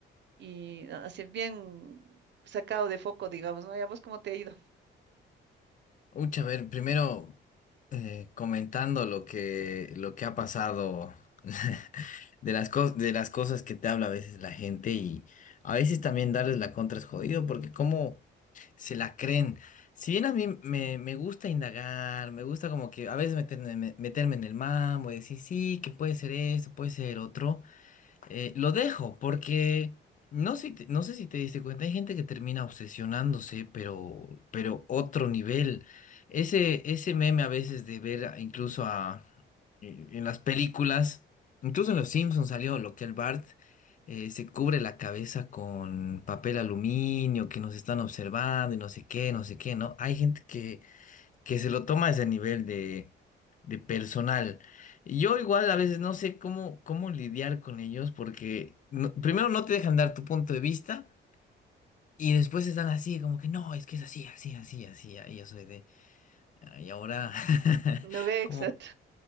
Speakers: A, on the right; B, on the left.
A: y así bien sacado de foco, digamos, ¿no? ¿Y a vos cómo te ha ido?
B: Ucha, a ver, primero eh, comentando lo que, lo que ha pasado, <laughs> de las cos- de las cosas que te habla a veces la gente y a veces también darles la contra es jodido porque cómo se la creen. Si bien a mí me, me gusta indagar, me gusta como que a veces meterme, me- meterme en el mambo y decir, sí, que puede ser esto, puede ser otro eh, lo dejo porque no sé, si te- no sé si te diste cuenta, hay gente que termina obsesionándose, pero, pero otro nivel. Ese, ese meme a veces de ver a- incluso a, eh, en las películas, incluso en Los Simpsons salió lo que el Bart eh, se cubre la cabeza con papel aluminio, que nos están observando y no sé qué, no sé qué, ¿no? Hay gente que que se lo toma a ese nivel de, de personal. Y Yo igual a veces no sé cómo, cómo lidiar con ellos porque no- primero no te dejan dar tu punto de vista y después están así como que no, es que es así, así, así, así. Y yo soy de, "Ah, y ahora, <laughs>
A: No <laughs> ve,
B: ¿cómo,
A: exacto,